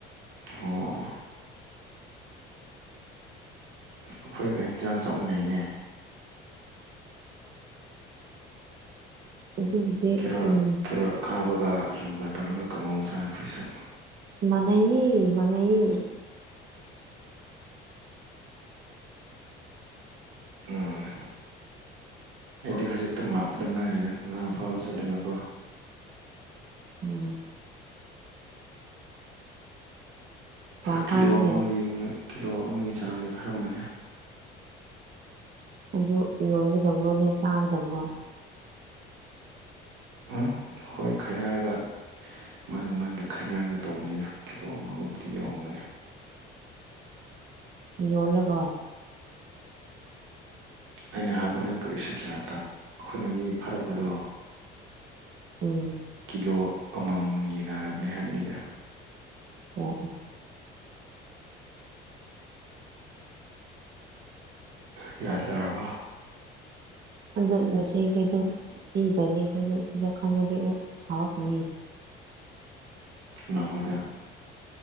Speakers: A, on the right; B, on the right.
A: ꯑꯣ ꯑꯩꯈꯣꯏꯒ ꯍꯟꯖꯥꯡ ꯆꯞ ꯃꯥꯟꯅꯩꯅꯦ
B: ꯑꯗꯨꯕꯨꯗꯤ
A: ꯀꯦꯔꯣꯠ
B: ꯎꯝ
A: ꯀꯦꯔꯣꯠ ꯑꯈꯥꯕꯒ ꯑꯂꯨꯒ ꯇꯧꯔꯒ ꯀꯥꯡꯉꯧ ꯆꯥꯡ ꯑꯩꯈꯣꯏꯁꯨ
B: ꯃꯅꯥꯏꯌꯦ ꯃꯅꯥꯏꯌꯦ
A: ꯎꯝ ꯑꯩꯗꯤ ꯍꯧꯖꯤꯛꯇꯪ ꯂꯥꯛꯄꯗ ꯉꯥꯏꯔꯤꯗ ꯉꯥ ꯐꯥꯕ ꯆꯠꯂꯒ ꯀꯣ
B: ꯎꯝ ꯀꯌꯥꯝ
A: ꯀꯤꯂꯣ
B: ꯐꯥꯔꯒꯦ
A: ꯑꯃꯒꯤ ꯀꯤꯂꯣ ꯑꯃꯒꯤ ꯆꯥꯡꯗꯤ ꯐꯔꯝꯕꯅꯤ
B: ꯑꯗꯨ ꯌꯣꯟꯒꯗꯕ꯭ꯔꯣ ꯅꯣꯏ ꯆꯥꯒꯗꯕ꯭ꯔꯣ
A: ꯎꯝ ꯈꯣꯏ ꯈꯥꯏꯅꯔꯒ ꯃꯥꯡꯒ ꯃꯥꯡꯒꯦ ꯈꯥꯏꯅꯔꯒ ꯇꯧꯕꯅꯤꯅ ꯀꯤꯂꯣ ꯑꯃꯒꯕꯨꯗꯤ ꯌꯧꯔꯝꯒꯅꯤ
B: ꯌꯣꯜꯂꯔꯣꯏ
A: ꯑꯩꯅ ꯍꯥꯏꯕ ꯅꯪ ꯀꯔꯤꯁꯨ ꯒ꯭ꯌꯥꯟ ꯇꯥ ꯑꯩꯈꯣꯏꯅ ꯃꯤ ꯐꯥꯔꯛꯄꯗꯣ
B: ꯎꯝ
A: ꯀꯤꯂꯣ ꯑꯃꯃꯝ ꯌꯦꯟꯅꯔꯕꯅꯦ ꯍꯥꯏꯕꯅꯤꯗ
B: ꯑꯣ ꯑꯣ
A: ꯒ꯭ꯌꯥꯟ ꯇꯥꯔꯕ
B: ꯑꯗꯣ ꯃꯁꯤ ꯀꯩꯗ ꯄꯤꯗ꯭ꯔꯗꯤ ꯑꯩꯈꯣꯏꯅ ꯁꯤꯗ ꯈꯪꯉꯗꯤ ꯑꯣꯛ ꯁꯥꯎꯔꯛꯀꯅꯤ
A: ꯀꯅꯈꯣꯏꯗ